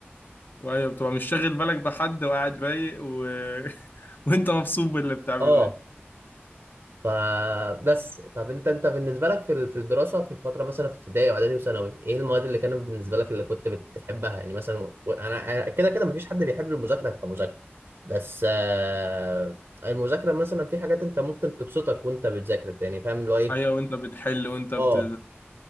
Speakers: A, on the left; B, on the right.
A: وهي بتبقى مش شاغل بالك بحد وقاعد رايق و... <laughs> وانت مبسوط باللي بتعمله
B: اه
A: يعني
B: فبس طب انت انت بالنسبه لك في ال- في الدراسه في الفتره مثلا في ابتدائي واعدادي وثانوي ايه المواد اللي كانت بالنسبه لك اللي كنت بت- بتحبها يعني مثلا و- انا أنا كده كده مفيش حد بيحب المذاكره كمذاكره بس آه، المذاكره مثلا في حاجات انت ممكن تبسطك وانت بتذاكر يعني فاهم اللي هو ايه
A: ايوه وانت بتحل وانت بت...
B: اه